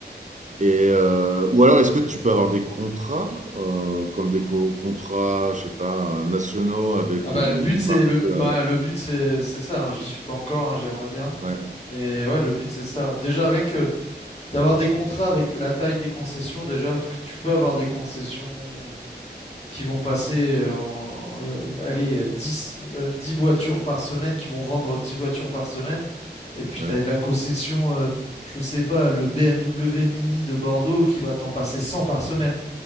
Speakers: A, on the right; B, on the left.
A: Et euh, ou alors, est-ce que tu peux avoir des contrats, euh, comme des co- contrats, je sais pas, euh, nationaux avec
B: Ah bah
A: euh,
B: le but
A: une
B: c'est
A: marque
B: le
A: euh,
B: ouais, le but c'est c'est ça, hein. J'y suis pas encore, hein, j'aimerais bien.
A: Ouais,
B: Mais ouais, le but c'est ça. Déjà rien que d'avoir des contrats avec la taille des concessions, déjà, parce que tu peux avoir des concessions. qui vont passer euh, en, euh, allez, 10, euh, 10 voitures par semaine, qui vont vendre 10 voitures par semaine. Et puis,
A: ouais.
B: tu as la concession, euh, je sais pas, le BMW Mini de Bordeaux qui va t'en passer 100 par semaine.